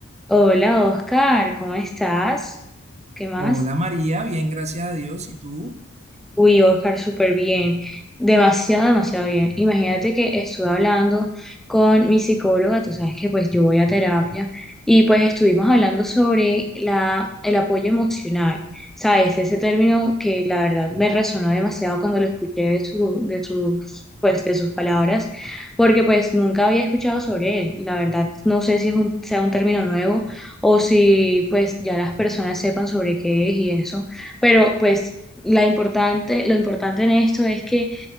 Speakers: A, in the centre; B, on the right.
A: Hola Oscar, ¿cómo estás? ¿Qué más?
B: Hola María, bien, gracias a Dios. ¿Y tú?
A: Uy, Oscar, súper bien. Demasiado, demasiado bien. Imagínate que estuve hablando con mi psicóloga, tú sabes que pues yo voy a terapia y pues estuvimos hablando sobre la, el apoyo emocional. ¿Sabes? Ese término que la verdad me resonó demasiado cuando lo escuché de su, de sus, pues, de sus palabras, porque pues nunca había escuchado sobre él. La verdad, no sé si es un, sea un término nuevo o si pues ya las personas sepan sobre qué es y eso. Pero pues la importante, lo importante en esto es que